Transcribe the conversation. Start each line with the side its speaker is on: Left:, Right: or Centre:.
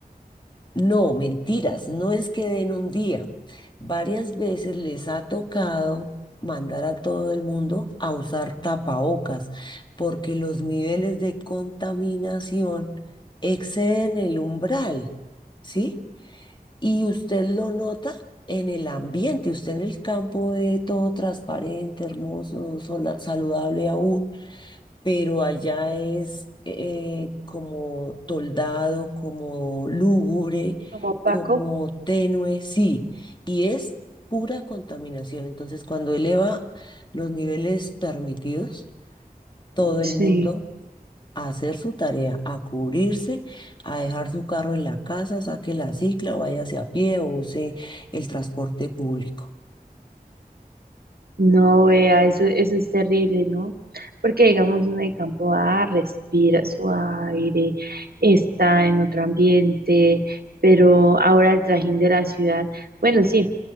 Left: No, mentiras, no es que den un día. Varias veces les ha tocado mandar a todo el mundo a usar tapabocas porque los niveles de contaminación exceden el umbral, ¿sí? Y usted lo nota en el ambiente, usted en el campo ve todo transparente, hermoso, sola- saludable aún pero allá es eh, como toldado, como lúgubre,
Right: como Paco.
Left: como tenue, sí, y es pura contaminación. Entonces, cuando eleva los niveles permitidos, todo el
Right: sí.
Left: mundo a hacer su tarea, a cubrirse, a dejar su carro en la casa, saque la cicla, o váyase a pie o use el transporte público.
Right: No, vea, eso, eso es terrible, ¿no? Porque digamos, uno de campo A respira su aire, está en otro ambiente, pero ahora el trajín de la ciudad, bueno, sí,